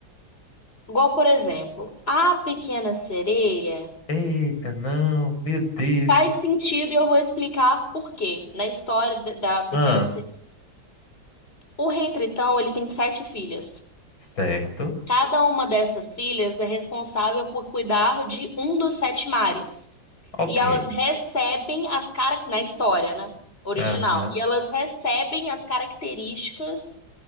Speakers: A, on the left (about 30°); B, on the left (about 80°).
A: Igual, por exemplo, a Pequena Sereia
B: Eita, não, meu Deus.
A: faz sentido e eu vou explicar por quê na história da da Pequena
B: Ah,
A: Sereia. O Rei Tritão, ele tem sete filhas.
B: certo.
A: Cada uma dessas filhas é responsável por cuidar de um dos sete mares.
B: Ok.
A: E elas recebem as cara... na história, né? Original.
B: Aham.
A: E elas recebem as características